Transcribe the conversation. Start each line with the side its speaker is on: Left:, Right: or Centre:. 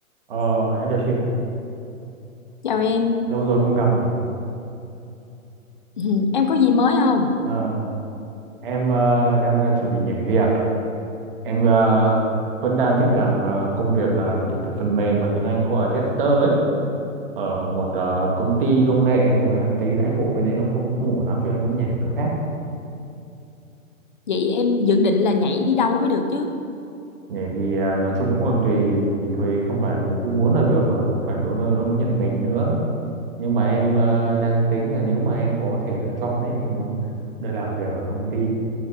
Right: Ờ, em chào chị ạ.
Left: Chào em,
Right: Lâu rồi không gặp nhỉ.
Left: <clears throat> <laughs> em có gì mới không?
Right: Ờ, em ờ, đang ờ, chuẩn bị nhảy việc. Em ờ, vẫn đang thích làm ờ, công việc là kiểm thử phần mềm mà tiếng Anh nó gọi là tester ấy. Ở một ờ, công ty công nghệ nhưng mà em thấy đãi ngộ bên đấy nó không không ổn lắm cho em muốn nhảy một chỗ khác.
Left: Vậy em dự định là nhảy đi đâu mới được chứ?
Right: Nhảy thì ờ, nói chung cũng còn tùy vì thôi không phải mình cứ muốn là được mà cũng phải có nơi nó nhận mình nữa. Nhưng mà em ờ, đang tính là nếu mà em có thể lựa chọn ấy thì em muốn được làm việc ở công ty